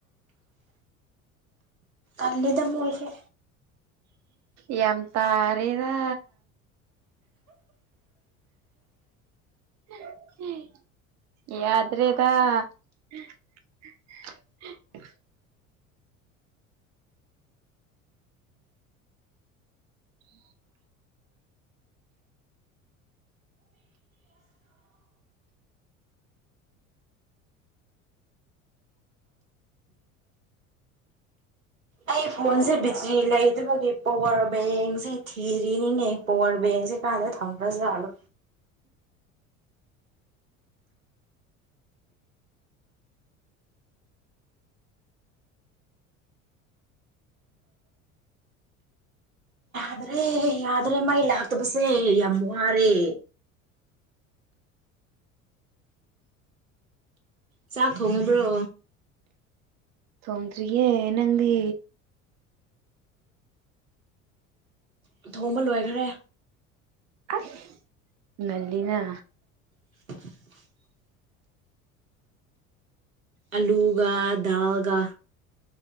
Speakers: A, on the right; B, on the right.
A: ꯑꯜꯂꯤꯗ ꯃꯣꯏꯁꯦ
B: ꯌꯥꯝ ꯇꯥꯔꯦꯗ <unintelligible> ꯌꯥꯗ꯭ꯔꯦꯗ <unintelligible> <unintelligible>
A: ꯑꯩ ꯐꯣꯟꯁꯦ ꯕꯦꯇ꯭ꯔꯤ ꯂꯩꯗꯕꯒꯤ ꯄꯋꯥꯔ ꯕꯦꯡꯁꯦ ꯊꯤꯔꯤꯅꯤꯅꯦ ꯄꯋꯥꯔ ꯕꯦꯡꯁꯦ ꯀꯗ ꯊꯝꯕꯂꯣ ꯌꯥꯗ꯭ꯔꯦ ꯌꯥꯗ꯭ꯔꯦ ꯃꯥꯏ ꯂꯥꯛꯇꯕꯁꯦ ꯌꯥꯝ ꯋꯥꯔꯦ ꯆꯥꯛ ꯊꯣꯡꯉꯕ꯭ꯔꯣ
B: ꯇꯣꯡꯣꯡꯗꯔꯤꯌꯦ ꯅꯪꯗꯤ
A: ꯑ ꯊꯣꯡ ꯑꯃ ꯂꯣꯏꯈ꯭ꯔꯦ
B: ꯑꯁ ꯉꯜꯂꯤꯅ
A: <unintelligible> ꯑꯂꯨꯒ ꯗꯜꯒ